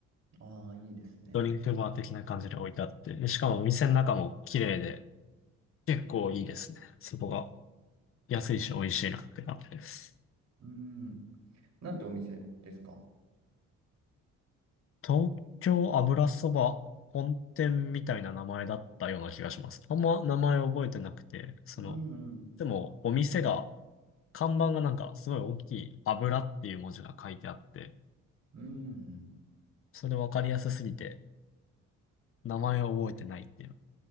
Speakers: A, on the right (about 60°); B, on the left (about 45°).
A: ああ、いいですね。
B: ドリンクバー的な感じで置いてあって、でしかもお店の中も綺麗で、結構いいですね。そこが安いし美味しいなって感じです。
A: うん。なんてお店ですか
B: 東京油そば本店みたいな名前だったような気がします。あんま名前覚えてなくて、その、
A: うんうん。
B: でもお店が、看板がなんかすごい大きい油っていう文字が書いてあって、
A: うん。
B: それ分かりやすすぎて、名前を覚えてないっていう。